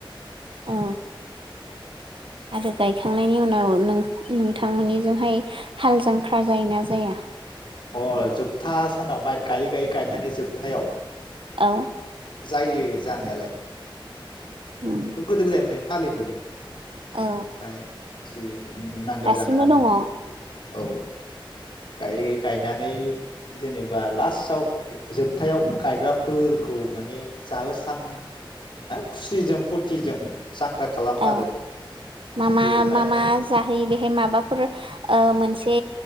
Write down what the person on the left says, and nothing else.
अ जोबथा सानाव माइ गायै गायै गायनानै जोबथायाव
जायो। जानायालाय।
औ बेखौ गोदो गोदायनिफ्रायनो फालिबोदों।
ओमफ्राय जि नांगोल
जांख्रा
माने औ गायै गायै गायनानै जेनेबा लास्टआव जोबथायाव गायग्राफोरखौ माने जाहोस्रां खुसिजों फुरथिजों जांख्रा खालामो
आरो
बेवहायनो